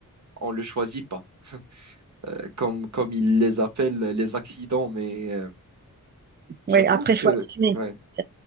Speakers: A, on the right; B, on the right.
A: on ne le choisit pas, Euh, comme, comme ils les appellent les accidents, mais. euh, Je
B: Ouais,
A: pense
B: après, il
A: que,
B: faut assumer.
A: ouais,
B: Ça-